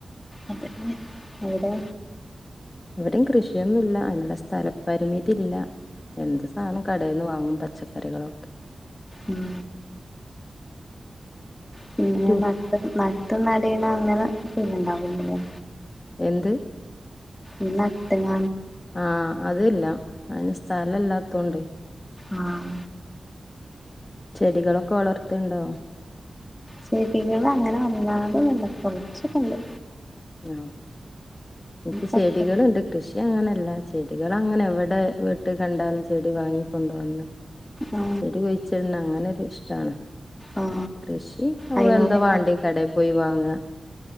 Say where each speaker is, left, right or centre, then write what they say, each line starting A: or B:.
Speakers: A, on the left; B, on the left.
A: അ അവിടെ
B: ഇവിടയും കൃഷിയൊന്നുംല്ല അയിനുള്ള സ്ഥലപരിമിതി ഇല്ല എന്ത് സാധനം കടയിൽന്ന് വാങ്ങും പച്ചക്കറികളൊക്കെ
A: ഉം പിന്നെ
B: റ്റു
A: ന അ നടയണം അങ്ങനെ ചെയ്യണ്ടാവില്ലേ
B: എന്ത്
A: എന്നട്ടങ്ങ
B: ആഹ അതല്ല അയിന് സ് സ്ഥലല്ലാത്തോണ്ടേ
A: ആഹ
B: ചെടികളൊക്കെ വളർത്ത്ണ്ടോ?
A: ചെടികള് അങ്ങനെ വല്ലാതൊന്നല്ല. കൊർച്ചൊക്കണ്ട്.
B: ആ ഇൻക്ക്
A: പച്ച
B: ചെടികള് ണ്ട്. കൃഷിയ അങ്ങനെല്ലാ ചെടികള് അങ്ങനെ എവിടെ വീട്ട് കണ്ടാലും ചെടി വാങ്ങിക്കൊണ്ട് വന്ന്.
A: ആ
B: ചെടി കൊഴിച്ചിടുന്ന അങ്ങനെ ഇഷ്ടാണ്-
A: ആ
B: കൃഷി നമ്മള
A: അയിനോട്
B: എന്താ വാണ്ടി കടയി പോയി വാങ്ങ-